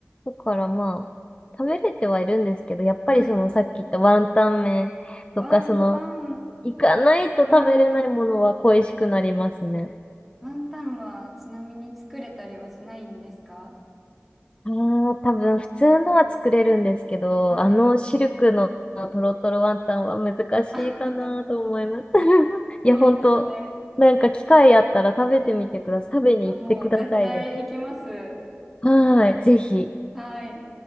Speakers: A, on the left (about 25°); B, in the centre.
A: だからまあ、食べれてはいるんですけど、やっぱりそのさっき言ったワンタン麺とか、
B: はい。ワンタン、
A: その、
B: う
A: 行かないと食べれないものは恋しくなりますね。
B: ーん。ワンタンはちなみに作れたりはしないんですか
A: ああ、多分普通のは作れるんですけど、
B: はい。
A: あのシルクのトロトロワンタンは難しいかなと思います。
B: <laughs>
A: <laughs> いや、
B: そうですね。
A: 本当なんか機会あったら食べてみてください。
B: はい。
A: 食べに行ってください、
B: あ、もう絶対行きます。
A: ぜひ。はーい、ぜひ。
B: はい。